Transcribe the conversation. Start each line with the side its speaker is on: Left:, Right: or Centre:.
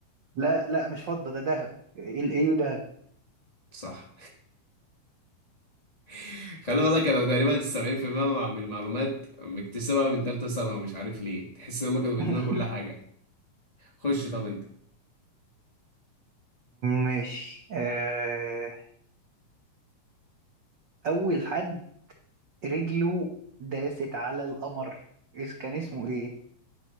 Right: لا لا مش فضة ده ذهب الاي يو ذهب
Left: صح <laughs> خلي بالك انا تقريبا 70% من المعلومات مكتسبها من ثالثه ثانوي مش عارف ليه تحس ان هم كانوا بيدينا
Right: <laughs>
Left: كل حاجه خش طب انت
Right: ماشي آه اول حد رجله داست على القمر إس كان اسمه ايه